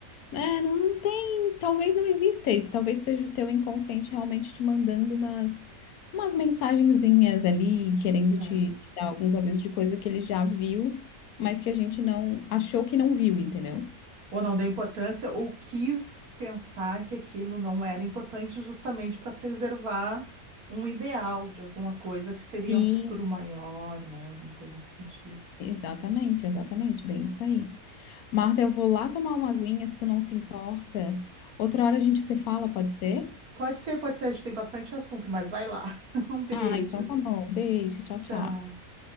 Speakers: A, on the left; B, on the right.
A: é, não, não tem, talvez não exista isso, talvez seja o teu inconsciente realmente te mandando umas, umas mensagenzinhas ali, querendo
B: é.
A: te, te dar alguns avisos de coisa que ele já viu, mas que a gente não achou que não viu, entendeu?
B: Ou não deu importância, ou quis pensar que aquilo não era importante justamente para preservar um ideal de alguma coisa que seria
A: Sim.
B: um futuro maior, né? Alguma coisa nesse sentido.
A: Exatamente, exatamente, bem isso aí. Marta, eu vou lá tomar uma aguinha, se tu não se importa. Outra hora a gente se fala, pode ser?
B: Pode ser, pode ser, a gente tem bastante assunto, mas vai lá. <laughs> Um beijo.
A: Ah, então tá bom. Beijo, tchau,
B: tá
A: tchau.